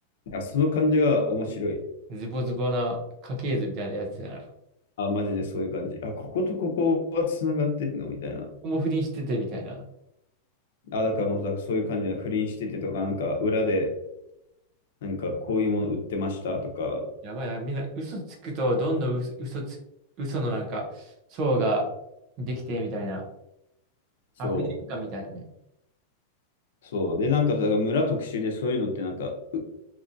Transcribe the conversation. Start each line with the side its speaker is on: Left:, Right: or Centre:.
Left: いやその感じが面白い。
Right: ズボズボな家系図みたいなやつだな。
Left: あ、マジでそういう感じ。あ、こことここはつながってんのみたいな。
Right: もう不倫しててみたいな。
Left: あ、だからもう、だからそういう感じで不倫しててとか、なんか裏で、なんかこういうもの売ってましたとか、
Right: やばいな。みんな嘘つくと、どんどん嘘、嘘つ、嘘のなんか、層ができてみたいな。
Left: そう。
Right: 悪循環みたいなね。
Left: そう。で、なんか、だから村特集でそういうのってなんか、う